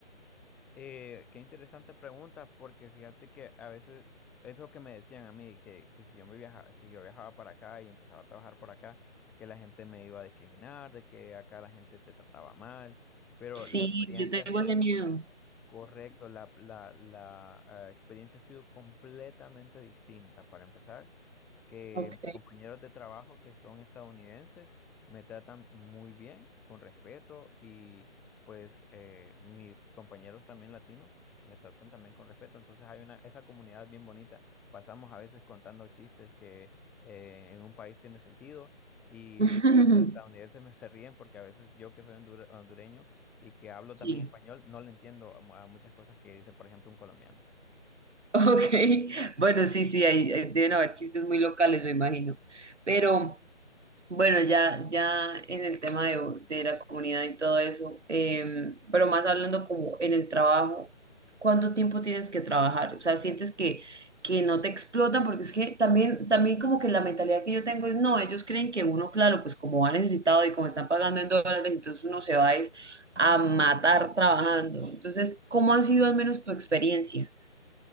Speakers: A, in the centre; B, on the right.
A: eh, qué interesante pregunta porque fíjate que a veces es lo que me decían a mí, que, que si yo me viajaba, si yo viajaba para acá y empezaba a trabajar por acá, que la gente me iba a discriminar, de que acá la gente te trataba mal, pero
B: sí,
A: la experiencia
B: yo tengo
A: ha sido
B: ese miedo.
A: Correcto, la, la- la, eh, experiencia ha sido completamente distinta. Para empezar, que
B: Ok.
A: mis compañeros de trabajo que son estadounidenses me tratan muy bien, con respeto, y pues eh, mis compañeros también latinos me tratan también con respeto. Entonces hay una, esa comunidad bien bonita. Pasamos a veces contando chistes que eh, en un país tiene sentido y
B: <laughs>
A: los estadounidenses me se ríen porque a veces yo que soy hondur- hondureño y que hablo
B: Sí.
A: también español, no le entiendo a mu- a muchas cosas que dice, por ejemplo, un colombiano.
B: Ok, bueno, sí, sí, ahí, ahí deben haber chistes muy locales, me imagino. Pero... Bueno, ya, ya en el tema de, de la comunidad y todo eso, eh, pero más hablando como en el trabajo, ¿cuánto tiempo tienes que trabajar? O sea, sientes que, que no te explotan, porque es que también, también como que la mentalidad que yo tengo es, no, ellos creen que uno, claro, pues como ha necesitado y como están pagando en dólares, entonces uno se va es a matar trabajando. Entonces, ¿cómo ha sido al menos tu experiencia?